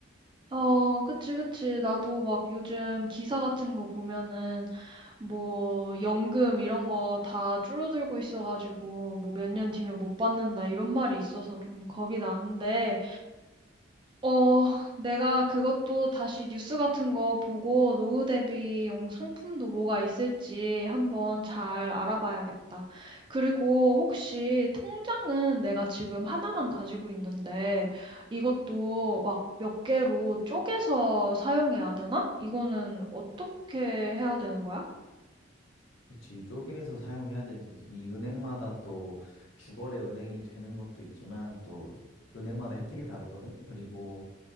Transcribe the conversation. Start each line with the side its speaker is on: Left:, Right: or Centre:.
Right: 어, 그치, 그치. 나도 막 요즘 기사 같은 거 보면은 뭐 연금 이런 거 다 줄어들고 있어가지고 뭐 몇 년 뒤면 못 받는다 이런 말이 있어서 좀 겁이 나는데 어, 내가 그것도 다시 뉴스 같은 거 보고 노후 대비용 상품도 뭐가 있을지 한번 잘 알아봐야겠다. 그리고 혹시 통장은 내가 지금 하나만 가지고 있는데 이것도 막 몇 개로 쪼개서 사용해야 되나? 이거는 어떻게 해야 되는 거야?
Left: 그렇지. 쪼개서 사용해야 되지. 이 은행마다 또 주거래 은행이 되는 것도 있지만 또 은행마다 혜택이 다르거든. 그리고